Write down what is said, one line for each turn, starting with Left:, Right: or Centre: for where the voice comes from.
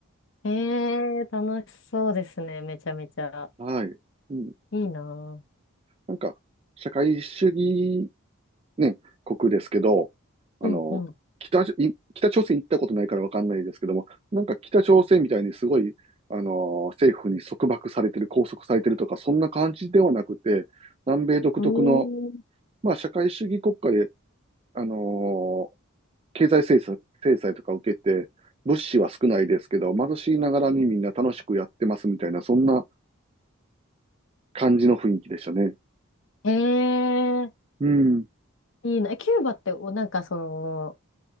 Left: ええ、楽しそうですね。めちゃめちゃ。
Right: はい。うん。
Left: いいなぁ。
Right: なんか、社会主義ね、国ですけど、あの、
Left: うんうん。
Right: 北朝、い北朝鮮行ったことないからわかんないですけども、なんか北朝鮮みたいにすごい、あの、政府に束縛されてる、拘束されてるとか、そんな感じではなくて、南米独特の、
Left: うーん。
Right: まあ、社会主義国家で、あの、経済制裁、制裁とか受けて、物資は少ないですけど、貧しいながらにみんな楽しくやってますみたいな、そんな感じの雰囲気でしたね。
Left: ええ
Right: うん。
Left: いいな。えキューバってお、なんかその、